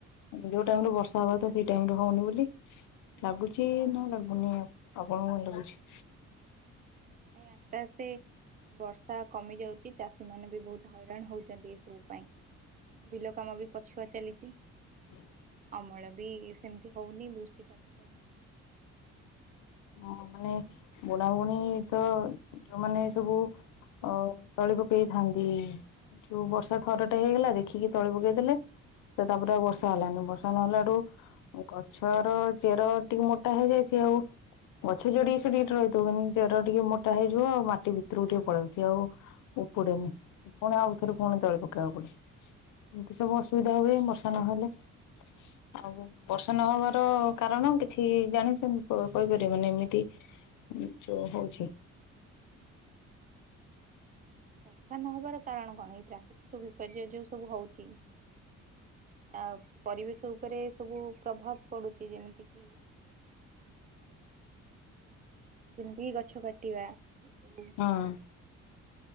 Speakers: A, on the left; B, on the right.
A: ଯୋଉ ଟାଇମରୁ ବର୍ଷା ହେବାଥା ସେଇ ଟାଇମି ରୁ ହଉନି ବୋଲି
B: ନିହାତି
A: ଲାଗୁଚି ନା ଲାଗୁନି ଆପଣଙ୍କୁ ଲାଗୁଚି।
B: ନାଇଁ ଆସ୍ତେ ଆସ୍ତେ ବର୍ଷା କମି ଯାଉଚି ଚାଷୀ ମାନେ ବି ବହୁତ ହଇରା ଣ ହୋଉଚନ୍ତି ଏ ସବୁ ପାଇଁ ବିଲ କାମ ବି ପଛୁଆ ଚାଲିଚି।
A: <inaudible>
B: ଅମଳ ବି ସେମିତି ହଉନି ବୃଷ୍ଟିପାତ <unintelligible>
A: ହଁ ମାନେ ବୁଣାବୁଣୀ ତ ଯୋଉମାନେ ସବୁ ଅ ତଳି ପକେଇଥାନ୍ତି ଯୋଉ
B: ହଁ
A: ବର୍ଷା ଥରଟେ ହେଇଗଲା ଦେଖିକି ତଳି ପକେଇଦେଲେ ତା ତାପରେ ଆଉ ବର୍ଷା ହେଲାନି ବର୍ଷା ନହେଲା ଆଠୁ ଗଛର ଚେର ଟିକେ ମୋଟା ହେଇଯାଏ ସିଏ ଆଉ ଗଛ ଜେଡିକି ସେଡିକିଟେ ରହିଥିବ କିନ୍ତ ଚେର ଟିକେ ମୋଟ ହେଇଯିବ ଆଉ ମାଟି ଭିତରକୁ ଟିକେ ପଳେଇବ ସିଏ ଆଉ ଉପୁଡେନି ପୁଣି ଆଉ ଥରେ ପୁଣି ତଳି ପକେଇବାକୁ ପଡେ। ଏମତି ସବୁ ଅସୁବିଧା ହୁଏ ବର୍ଷା ନହେଲେ। ଆଉ ବର୍ଷା ନହବାର କାରଣ କିଛି ଜାଣିଛନ୍ତି କହିପାରିବେ। ଗଟେ ମାନେ ଏମିତି ଜୋ ହଉଛି।
B: <unintelligible> ନହବାର କାରଣ କଣ ଏଇ ପ୍ରାକୃତିକ ବିପର୍ଯ୍ୟୟ ଯୋଉ ସବୁ ହଉଚି ଆ ପରିବେଶ ଉପରେ ସବୁ ପ୍ରଭାବ ପଡ଼ୁଚି ଯେମିତିକି ଯେମିତି ଗଛ କାଟିବା ଏସବୁ।
A: ହଁ